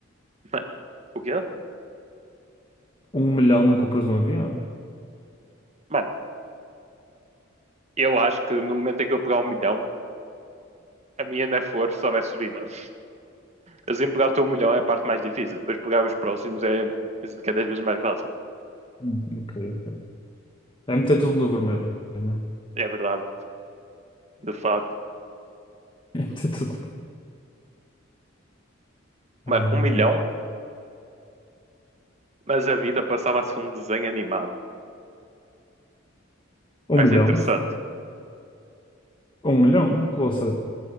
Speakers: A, on the right; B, on the left.
A: <laughs> mano, o quê?
B: Um milhão não compras um avião?
A: Mano, eu acho que no momento em que eu pegar um milhão, a minha na for só vai subir, mano. Assim, pegar o teu milhão é a parte mais difícil, depois pegar os próximos é cada vez mais fácil,
B: Hum, Ok, ok. É meter tudo no vermelho, né?
A: é verdade, de facto.
B: É meter tudo no vermelho.
A: Mano,
B: Ai,
A: um
B: meu
A: milhão,
B: Deus.
A: mas a vida passava-se um desenho animado.
B: Um
A: Acho
B: milhão?
A: interessante.
B: Um milhão? Com o